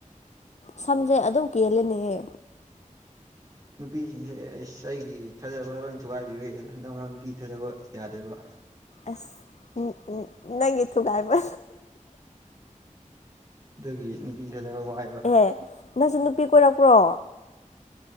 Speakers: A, on the left (about 55°); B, on the right (about 25°).
A: ꯁꯝꯁꯦ ꯑꯗꯨꯝ ꯀꯦꯜꯂꯦꯅꯦꯍꯦ
B: ꯅꯨꯄꯤꯁꯤꯡꯁꯦ ꯑꯩꯁ ꯑꯩꯒꯤ ꯊꯥꯖꯕ ꯂꯣꯏ ꯊꯨꯒꯥꯏꯕꯤꯒ꯭ꯔꯦ ꯍꯟꯗꯛ ꯃꯔꯛ ꯅꯨꯄꯤ ꯊꯥꯖꯕ ꯌꯥꯗꯦꯕ
A: ꯑꯁ ꯎꯝ ꯅꯪꯒꯤ ꯊꯨꯒꯥꯏꯕ
B: ꯑꯗꯨꯒꯤ ꯅꯨꯄꯤ ꯊꯥꯖꯕ ꯋꯥꯏꯕ
A: ꯑꯦ ꯅꯪꯁꯨ ꯅꯨꯄꯤ ꯀꯣꯏꯔꯛꯄ꯭ꯔꯣ